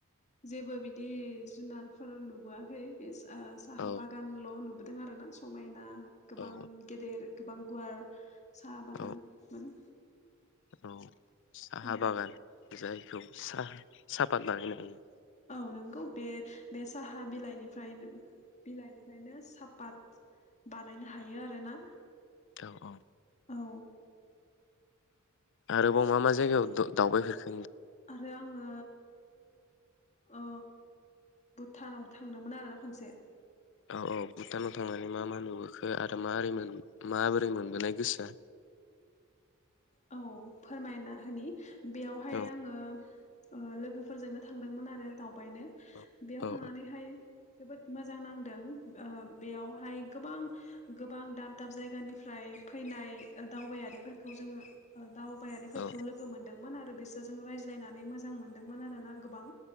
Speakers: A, on the left; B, on the left.
A: जेबो बिदि जुनारफोर नुबोआखै बे जा ओ साहा
B: औ
A: बागान ल' नु बोदों आरो ना समायना‌ गोबां
B: औ
A: गेदेर। गोबां गुवार साहा बागानमोन।
B: औ औ साहा
A: औ
B: बागान जायखौ सा साफात बानायनो हायो।
A: औ नोंगौ बे बे साहा बिलाइनिफ्राय बिलाइनिफ्रायनो सापात बानायनो हायो आरोना।
B: औ औ
A: औ
B: आरोबाव मा-मा जायगायाव दा-दावबायफेरखो
A: आरो आङो ओ भुटानाव थांदोंमोन आरो खनसे।
B: औ औ भुटानाव थांनानै मा-मा नुबोखो आरो माबोरै मोन माबोरै मोनबोनाय गोसोआ?
A: औ फोरमायना होनि। बेयावहाय
B: औ
A: आङो ओ लोगोफोरजोंनो थांदोंमोन आरो दाव बायनो
B: औ
A: बेयाव
B: औ
A: थांनानैहाय जोबोद मोजां नांदों। ओ बेयावहाय गोबां गोबां दाब दाब जायगानिफ्राय फैनाय ओ दावबायारिफोरखौ जोङो ओ दाव बायारिफोरखौ
B: औ
A: लोगो मोन दोंमोन आरो बिसोरजों रायज्लायनानै मोजां मोनदोंमोन आरोना गोबां।